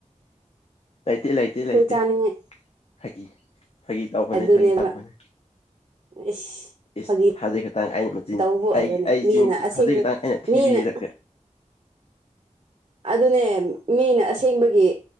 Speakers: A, on the left (about 50°); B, on the right (about 45°).
A: ꯂꯩꯇꯦ ꯂꯩꯇꯦ
B: ꯑꯩꯈꯣꯏ
A: ꯂꯩꯇꯦ
B: ꯆꯥꯅꯤꯡꯉꯥꯏ
A: ꯐꯥꯒꯤ ꯐꯥꯒꯤ ꯇꯧꯕꯅꯦ
B: ꯑꯗꯨꯅꯦꯕ
A: ꯐꯥꯒꯤ ꯇꯧꯕꯅꯦ
B: ꯏꯁ
A: ꯏꯁ
B: ꯐꯥꯒꯤ
A: ꯍꯧꯖꯤꯛ ꯈꯛꯇꯪ ꯑꯩꯅ ꯃꯆꯤꯟ
B: ꯇꯧꯕꯅꯤ
A: ꯑꯩ ꯑꯩ
B: ꯃꯤꯅ
A: ꯆꯤꯟ ꯊꯤ
B: ꯑꯁꯦꯡꯕ
A: ꯍꯧꯖꯤꯛ ꯈꯛꯇꯪ ꯑꯩꯅ ꯊꯤꯕꯤꯔꯒ
B: ꯃꯤꯅ ꯑꯗꯨꯅꯦ ꯃꯤꯅ ꯑꯁꯦꯡꯕꯒꯤ